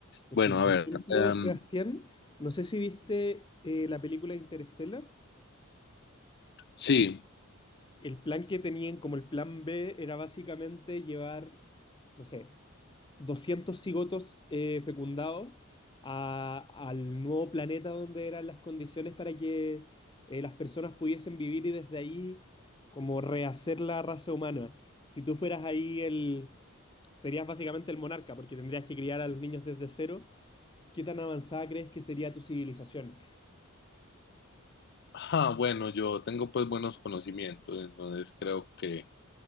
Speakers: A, on the left (about 20°); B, on the left (about 50°).
A: Porque,
B: Bueno,
A: por
B: a ver,
A: ejemplo,
B: em,
A: Sebastián, no sé si viste eh, la película Interstellar.
B: sí.
A: El plan que tenían, como el plan B, era básicamente llevar, no sé, 200 cigotos eh, fecundados a- al nuevo planeta donde eran las condiciones para que eh, las personas pudiesen vivir y desde ahí como rehacer la raza humana. Si tú fueras ahí el... Serías básicamente el monarca porque tendrías que criar a los niños desde cero. ¿Qué tan avanzada crees que sería tu civilización?
B: Ah, bueno, yo tengo pues buenos conocimientos, entonces creo que